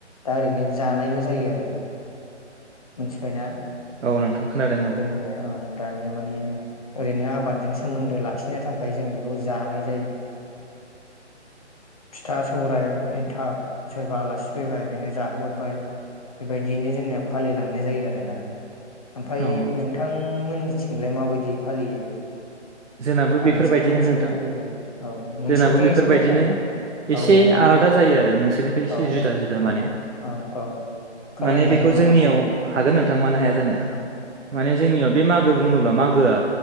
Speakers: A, on the left; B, on the right.
A: दा ओरैनो जानायल जायो आरो। मोनथिबायना?
B: औ नोंथां खोनादों औ
A: जोंनिया औ दानिया माने ओरैनो आबादजों सोमोन्दो लाखिनो थाखाय जों बेखौ जानाय जायो। फिथा सौरायाइ एनथाब सोरबा आलासि फैबाय बेनो जाहोरबाय बेबायदियैनो जोंना फालिलांनाय जायो आरोना। ओमफाय
B: औ
A: नोंथांमोननि थिंलाय माबायदि फालियो?
B: जोंनाबो
A: आं
B: बेफोरबायदिनो
A: एसे मोनथिनो
B: नोंथां
A: लुबैदों नोंसिनिथिं
B: जोंनाबो बेफोरबायदिनो
A: एसे मोजां
B: एसे
A: औ औ माने
B: आलादा जायो आरो नोंसोरनिफ्राय एसे
A: औ
B: जुदा जुदा
A: औ
B: माने
A: औ औ फोरमायनो
B: माने
A: हागोन नामा?
B: <unintelligible> हागोन नोंथां मानो हाया जानो
A: औ
B: माने जोंनियाव बे मागो बुङोब्ला मागोआ